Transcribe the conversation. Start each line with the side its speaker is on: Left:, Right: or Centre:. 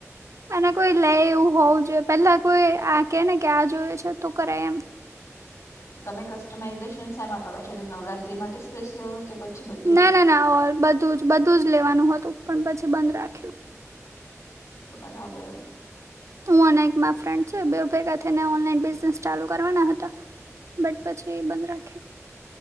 Right: અને કોઈ લે એવું હોવું જોઈએ. પેલા કોઈ આ કે ને કે આ જોવે છે તો કરે એમ.
Left: તો તમે કસ્ટમાઇઝેશન શેમાં કરો છો તો નવરાત્રી માટે સ્પેશિયલ કે પછી બધ
Right: ના ના ના ઓ બધું જ બધું જ લેવાનું હતું પણ પછી બંધ રાખ્યું.
Left: બરાબર
Right: હું અને મારી એક ફ્રેન્ડ છે બે ભેગા થઈને ઓનલાઈન બિઝનેસ ચાલુ કરવાના હતા બટ પછી બંધ રાખ્યુ.